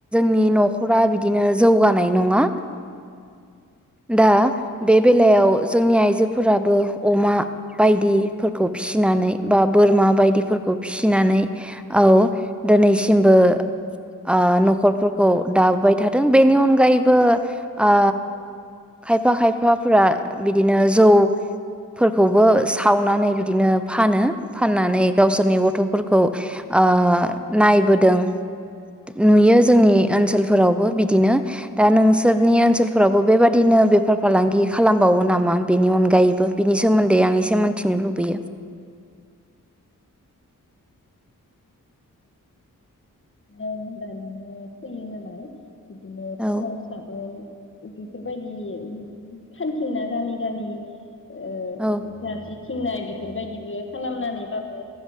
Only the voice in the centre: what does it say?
नि न'ख'रा बिदिनो जौगानाय नङा। दा बे बेलायाव जोंनि आइजोफोराबो अमा बायदिफोरखौ फिसिनानै बा बोरमा बायदिफोरखौ फिसिनानै औ दिनैसिमबो आ न'खर फोरखौ दाबोबाय थादों बेनि अनगायैबो ओ खायफा खायफाफोरा बिदिनो जौफोरखौबो सावनानै बिदिनो फानो। फाननानै गावसोरनि गथ'फोर खौ ओ नायबोदों। नुयो ओनसोलफोरावबो बिदिनो दा नोंसोरनि ओनसोलफोरावबो बेबादिनो बेफार फालांगि खालामबावो नामा बेनि अनगायैबो बिनि सोमोन्दै आं एसे मिथिनो लुबैयो।
औ
औ